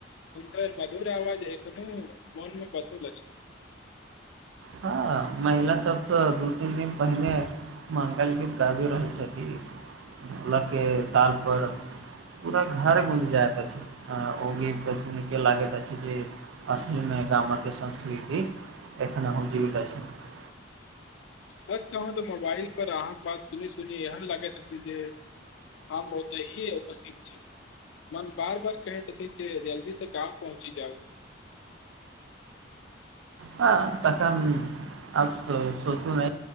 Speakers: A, on the left; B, on the right.
A: उनकर मधुर आवाज एखनो मनमे पसन्द छै
B: हँ महिला सब तऽ दू तीन दिन पहिले मंगल गीत गाबि रहल छथिन लऽके तातपर पूरा घर बुज जाय ता ओ गीत सुनैके लागैत अछि जे असलमे गामक संस्कृति <unintelligible>
A: सच कहू तऽ मोबाइल पर अहाँके बात सुनी सुनी एहन लागैत अथ जे आहा उतीये उपस्थित छी मन बार बार कहैत ह जे जल्दी से काम पहुँची जाउ
B: हँ तखन अब सोचू न